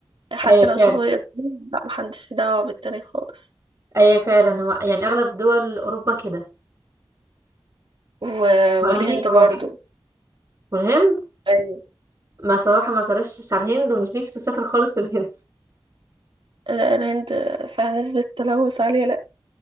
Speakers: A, on the right; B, on the right.
A: حتى
B: ايوه
A: لو
B: فعلا
A: شافوا يقدروا لا محدش له دعوة بالتاني خالص
B: ايوه فعلا هو يعني اغلب دول اوروبا كده
A: و...
B: وامريكا
A: والهند
B: برضه
A: برضو
B: والهند
A: أيوة.
B: ما صراحه ما سرشتش على الهند ومش نفسي اسافر خالص الهند
A: لا الهند فيها نسبة تلوث عالية لا